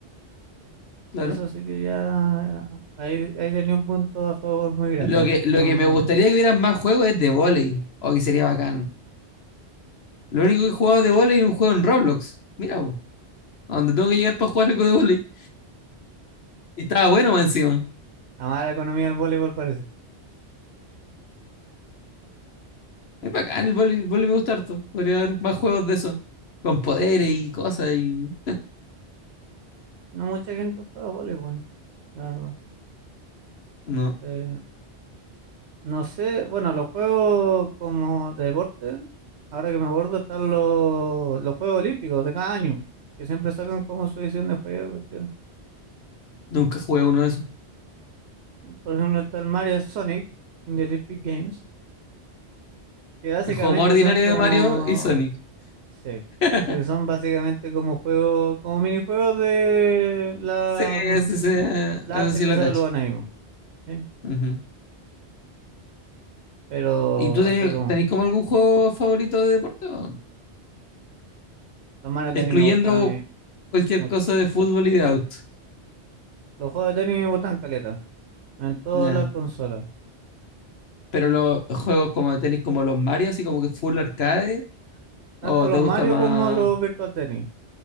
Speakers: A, on the left (about 65°); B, on the right (about 75°).
A: claro.
B: Eso sí que ya ahí, ahí tenía un punto a favor muy grande,
A: Lo
B: porque
A: que, lo
B: no.
A: que me gustaría que hubieran más juegos es de volei, o que sería bacán. Lo único que he jugado de volei es un juego en Roblox. Mira, po, a donde tengo que llegar para jugar algo de volei. Y estaba bueno más encima.
B: La mala economía del voleibol parece.
A: Es bacán, el volei, el vóley me gusta harto. Podría haber más juegos de eso. Con poderes y cosas y...
B: No mucha gente juega voleibol, la verdad.
A: No,
B: Eh, No sé, bueno, los juegos como de deporte, ahora que me acuerdo, están los, los Juegos Olímpicos de cada año, que siempre sacan como su edición de juego. cuestiones.
A: nunca jugué uno de esos.
B: Por ejemplo, está el Mario Sonic in the Olympic Games, que básicamente
A: El juego más ordinario
B: son como,
A: de Mario y Sonic.
B: sí,
A: <laughs>
B: sí, son básicamente como juegos, como minijuegos de la,
A: Sí,
B: mm,
A: ese, ese-
B: la
A: eso
B: arte
A: sí
B: que
A: lo
B: se
A: cacho.
B: los ahí, po, ¿sí?
A: Ujú.
B: Pero
A: ¿Y tú tenías,
B: así como,
A: tenés como algún juego favorito de deporte? o no?
B: los Mario Tennis
A: Excluyendo
B: me gustan a mí
A: cualquier
B: mucho.
A: cosa de fútbol y de auto.
B: Los juegos de tenis me gustan caleta, en todas
A: Ya.
B: las consolas.
A: Pero los juegos como tenéis como los Mario, así como que full arcade.
B: Tanto
A: ¿O
B: los
A: te gusta
B: Mario
A: más?
B: como los Virtual Tennis.